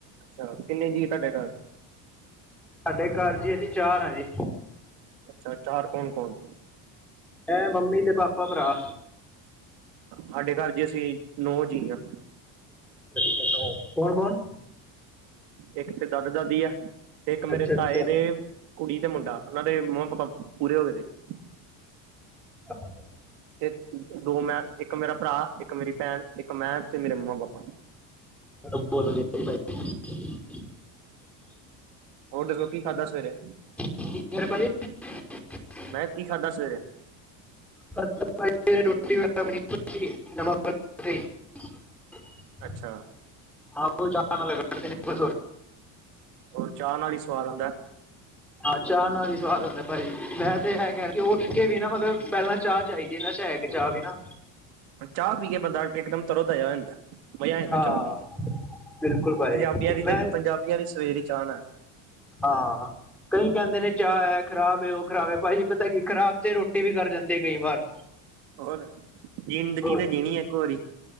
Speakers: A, on the right; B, in the centre.
A: ਚਲੋ ਕਿੰਨੇ ਜੀ ਤੁਹਾਡੇ ਘਰ।
B: ਸਾਡੇ ਘਰ ਦੀ, ਅਸੀਂ ਚਾਰ ਹਾਂ ਜੀ।
A: ਅੱਛਾ, ਅ ਚਾਾਰ ਕੌਣ- ਕੌਣ?
B: ਇਹ ਮੰਮੀ ਤੇ ਪਾਪਾ, ਭਰਾ।
A: ਸਾਡੇ ਘਰ ਜੀ ਅਸੀਂ ਨੌ ਜੀ ਹਾਂ।
B: ਅੱਛਾ ਨੋ ਕੌਣ- ਕੌਣ?
A: ਇੱਕ ਤੇ ਦਾਦਾ- ਦਾਦੀ ਆ। ਇੱਕ ਮੇਰੇ
B: ਅੱਛਾ
A: ਤਾਏ
B: ਅੱਛਾ
A: ਦੇ ਕੁੜੀ ਤੇ ਮੁੰਡਾ, ਉਹ ਦੇ ਮੰਮਾ- ਪਾਪਾ ਪੂਰੇ ਹੋ ਗਏ ਨੇ।
B: ਅੱਛਾ।
A: ਤੇ ਦੋ ਮੈਂ, ਇੱਕ ਮੇਰਾ ਭਰਾ, ਇੱਕ ਮੇਰੀ ਭੈਣ ਇੱਕ ਮੈਂ ਤੇ ਮੇਰੇ ਮੰਮਾ- ਪਾਪਾ।
B: ਬਹੁ ਪ <unintelligible>
A: ਹੋਰ ਦੱਸੋ ਕੀ ਖਾਧਾ ਸਵੇਰੇ?
B: ਕੀ ਹਾਲ ਹੈ ਪਾਜੀ <unintelligible>
A: ਮੈਂ ਕਿਹਾ, ਕੀ ਖਾਧਾ ਸਵੇਰੇ?
B: <unintelligible>
A: ਅੱਛਾ।
B: <unintelligible>
A: ਹੋਰ, ਚਾਹ ਨਾਲ ਹੀ ਸਵਾਦ ਆਉਂਦਾ।
B: ਹਾਂ, ਚਾਹ ਨਾਲ ਹੀ ਸਵਾਦ ਹੁੰਦਾ ਭਾਜੀ। ਮੈਂ ਤੇ ਇਹ ਕਹਿਣਾ, ਉੱਠ ਕੇ ਵੀ ਨਾ ਮਤਲਬ ਪਹਿਲਾਂ ਚਾਹ ਚਾਹੀਦੀ। ਇਹ ਨਸਾ਼ ਹੈ। ਇਕ ਚਾਹ ਵੀ ਨਾ
A: ਚਾਹ ਪੀ ਕੇ ਬੰਦਾ, ਇੱਕਦਮ ਤਰੋ ਤਾਜਾ ਹੋ ਜਾਂਦਾ। ਮਜ਼ਾ ਆ ਜਾਂਦਾ
B: ਹਾਂ
A: ਚਾਹ ਪੀਕੇ।
B: ਬਿਲਕੁਲ ਭਾਜੀ
A: ਪੰਜਾਬੀਆਂ ਦੀ
B: ਮੈਂ
A: ਤੇ ਪੰਜਾਬੀਆਂ ਲਈ ਸਵੇਰ ਹੀ ਚਾਹ ਨਾਲ
B: ਹਾਂ ਕਈ ਕਹਿੰਦੇ ਨੇ ਚਾਹ ਹੈ ਖਰਾਬ ਹੈ, ਉਹ ਖਰਾਬ ਹੈ, ਭਾਜੀ ਪਤਾ ਕੀ ਖ਼ਰਾਬ ਤੇ ਰੋਟੀ ਵੀ, ਕਰ ਜਾਂਦੇ ਆ ਕਈ ਵਾਰ।
A: ਹੋਰ, ਜਿੰਦਗੀ
B: ਹੋਰ
A: ਤਾਂ ਜਿਣੀ ਇੱਕ ਵਾਰੀ।